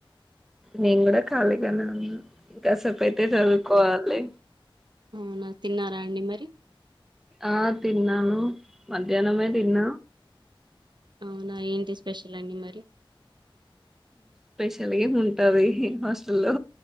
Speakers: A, in the centre; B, on the right.
A: నేను కూడా ఖాళీగానే ఉన్నా ఇంకాసేపుయితే చదువుకోవాలి
B: ఆ నా తిన్నారా అండి మరి
A: ఆ తిన్నాను మధ్యాహ్నమే తిన్న
B: అవునా ఏంటి స్పెషల్ అండి మరి
A: లిగే ఏం ఉంటుది హాస్టల్లో